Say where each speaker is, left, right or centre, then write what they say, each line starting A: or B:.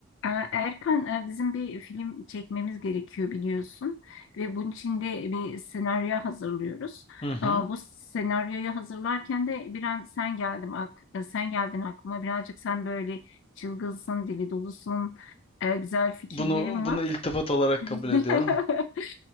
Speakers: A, on the left; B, on the left.
A: Ee, Erkan, e, bizim bir film çekmemiz gerekiyor biliyorsun ve bunun için de bir senaryo hazırlıyoruz.
B: Hı hı.
A: Ee, Bu senaryoyu hazırlarken de bir an sen geldim ak e, sen geldin aklıma. Birazcık sen böyle çılgınsın, dili dolusun, e, güzel fikirlerin
B: Bunu bunu
A: var.
B: iltifat olarak
A: <laughs>
B: kabul ediyorum.